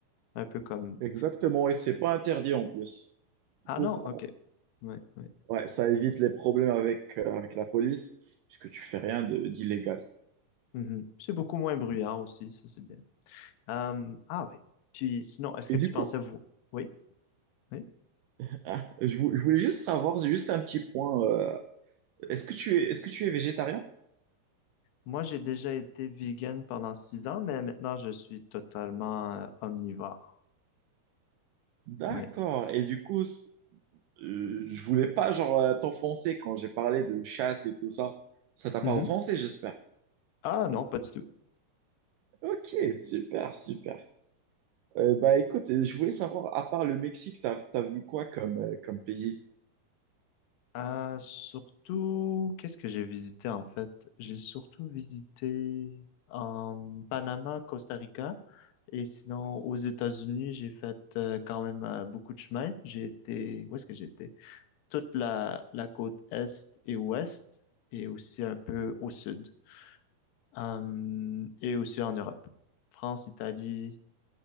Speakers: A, on the left; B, on the right.
A: Un peu comme,
B: Exactement, et c'est pas interdit en plus. Du
A: ah
B: coup,
A: non,
B: ça,
A: ok. Ouais, ouais.
B: ouais, ça évite les problèmes avec, euh, avec la police puisque tu fais rien de- d'illégal.
A: Mhm. C'est beaucoup moins bruyant aussi, ça c'est bien. Euh, ah oui. Puis sinon, est-ce que
B: Et
A: tu
B: du coup,
A: pensais vous? Oui, oui.
B: <laughs> je, vou- je voulais juste savoir, juste un petit point, euh, est-ce que tu es, est-ce que tu es végétarien?
A: Moi, j'ai déjà été vegan pendant six ans, mais maintenant je suis totalement euh, omnivore.
B: D'accord.
A: Oui.
B: Et du coup, c- euh, je voulais pas genre euh, t'offenser quand j'ai parlé de chasse et tout ça. Ça t'a pas
A: Mhm.
B: offensé, j'espère.
A: Ah non, pas du tout.
B: Ok, super, super. Euh, bah écoute, euh, je voulais savoir, à part le Mexique, t'as, t'as vu quoi comme, euh, comme pays?
A: Euh, surtout, qu'est-ce que j'ai visité en fait? J'ai surtout visité en Panama, Costa Rica, et sinon aux États-Unis, j'ai fait euh, quand même euh, beaucoup de chemin. J'ai été, où est-ce que j'étais? toute la, la côte est et ouest, et aussi un peu au sud, Hum, et aussi en Europe. France, Italie,